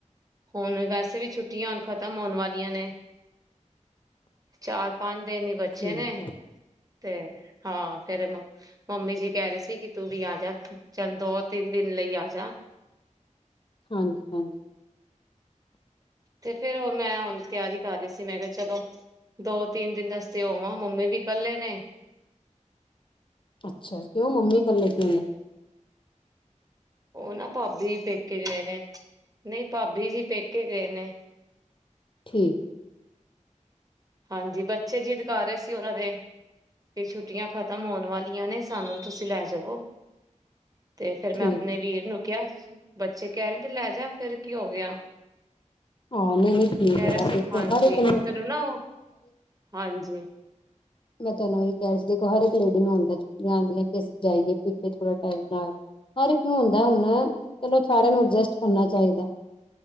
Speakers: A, on the right; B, on the left.
A: ਹੁਣ ਵੈਸੇ ਵੀ ਛੁੱਟੀਆਂ ਹੁਣ ਖ਼ਤਮ ਹੋਣ ਵਾਲੀਆਂ ਨੇ, ਚਾਰ-ਪੰਜ ਦਿਨ ਹੀ ਬਚੇ
B: ਠੀਕ
A: ਨੇ
B: ਹੈ।
A: ਤੇ ਹਾਂ, ਫੇਰ ਮੰਮੀ ਜੀ ਕਹਿ ਰਹੇ ਸੀ ਕਿ ਤੂੰ ਵੀ ਆ ਜਾ, ਚੱਲ ਦੋ-ਤਿੰਨ ਦਿਨ ਲਈ ਆ ਜਾ।
B: ਹਾਂਜੀ, ਹਾਂਜੀ।
A: ਤੇ ਫੇਰ, ਉਹ ਮੈਂ ਹੁਣ ਤਿਆਰੀ ਕਰ ਰਹੀ ਸੀ। ਮੈਂ ਕਿਹਾ, ਚਲੋ ਦੋ-ਤਿੰਨ ਦਿਨ ਦਸ ਹੋਵਾਂ, ਮੰਮੀ ਵੀ ਇਕੱਲੇ ਨੇ।
B: ਅੱਛਾ ਜੀ, ਕਿਉਂ। ਮੰਮੀ ਕਲੇ ਕਿਉਂ ਨੇ।
A: ਉਹ, ਨਾ ਭਾਬੀ ਪੇਕੇ ਗਏ ਨੇ, ਨਹੀਂ। ਭਾਬੀ ਜੀ, ਪੇਕੇ ਗਏ ਨੇ।
B: ਠੀਕ।
A: ਹਾਂਜੀ, ਬੱਚੇ ਜੀ ਜਿੱਦ ਕਰ ਰਹੇ ਸੀ। ਉਹਨਾਂ ਦੇ ਵੀ ਛੁੱਟੀਆਂ ਖਤਮ ਹੋਣ ਵਾਲੀਆਂ ਨੇ, ਸਾਨੂੰ ਤੁਸੀਂ ਲੈ ਜਾਵੋ। ਤੇ ਫੇਰ,
B: ਠੀਕ
A: ਮੈਂ ਆਪਣੇ ਵੀਰ ਨੂੰ ਕਿਹਾ ਬੱਚੇ ਕਹਿ ਰਹੇ, ਤੇ ਲੈ ਜਾ ਫਿਰ, ਕੀ ਹੋ ਗਿਆ।
B: ਹਾਂ, ਨਹੀਂ-ਨਹੀਂ ਠੀਕ
A: ਕਹਿ
B: ਹੈ।
A: ਰਿਹਾ ਸੀ
B: ਦੇਖੋ,
A: ਹਾਂਜੀ
B: ਹਰ ਇਕ ਨੂੰ
A: ਫੇਰ ਨਾ ਉਹ ਹਾਂਜੀ।
B: ਮੈਂ ਤੁਹਾਨੂੰ ਇਹੀ ਕਹਿ ਰਹੀ ਸੀ। ਦੇਖ, ਹਰ ਇੱਕ ਲੇਡੀ ਨੂੰ ਆਉਂਦਾ ਚੁੱਟ ਆਉਂਦੀਆਂ ਕਿ ਅਸੀਂ ਜਾਈਏ, ਪੇਕੇ ਥੋੜ੍ਹਾ ਟਾਈਮ ਲਾ ਆਈਏ। ਹਰ ਇੱਕ ਨੂੰ ਆਉਂਦਾ ਹੁਣ ਚਲੋ, ਸਾਰਿਆਂ ਨੂੰ ਅਡਜਸਟ ਕਰਨਾ ਚਾਹੀਦਾ।